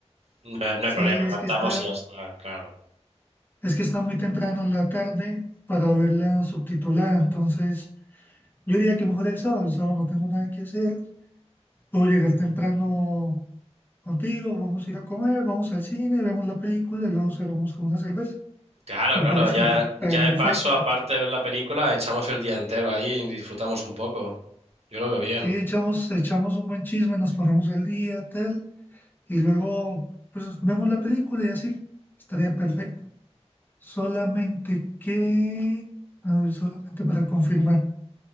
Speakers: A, on the right; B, on the left.
A: no, no
B: Sí,
A: hay problema,
B: es
A: adaptamos
B: que está,
A: y ya está, claro.
B: es que está muy temprano en la tarde para verla subtitulada. Entonces, yo diría que mejor el sábado. El sábado no tengo nada que hacer. Puedo llegar temprano contigo, vamos a ir a comer, vamos al cine, vemos la película y luego cerramos con una cerveza,
A: Claro,
B: lo
A: claro,
B: cual estaría
A: ya,
B: perfecto.
A: ya de paso, aparte de ver la película, echamos el día entero ahí y disfrutamos un poco. Yo lo veo bien.
B: Sí, echamos, echamos un buen chisme, nos ponemos al día, tal, y luego pues vemos la película y así, estaría perfecto. Solamente que, a ver, solamente para confirmar,